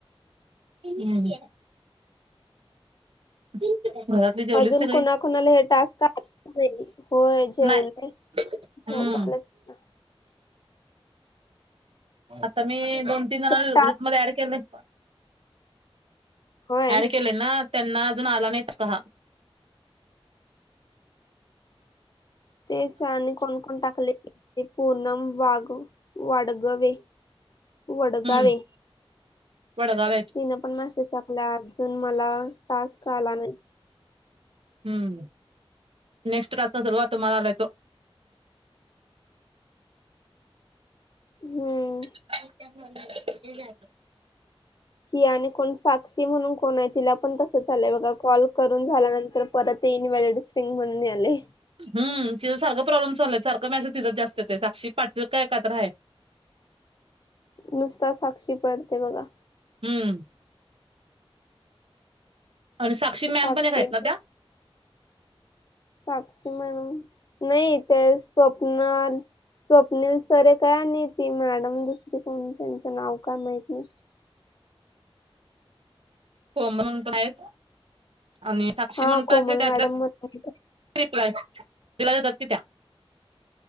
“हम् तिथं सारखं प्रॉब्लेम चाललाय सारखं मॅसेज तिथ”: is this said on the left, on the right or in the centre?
Right